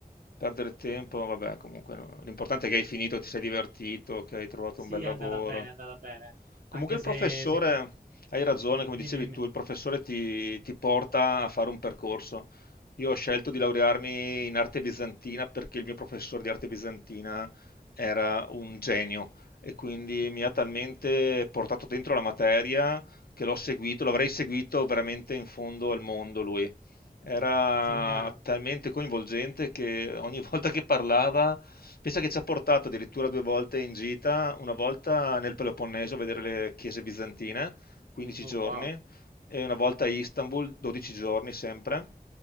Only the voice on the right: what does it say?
Sì,
è andata bene, è andata bene.
Anche
se,
se-
Dimmi, dimmi.
Sì, quindi era...
Oh,
wow,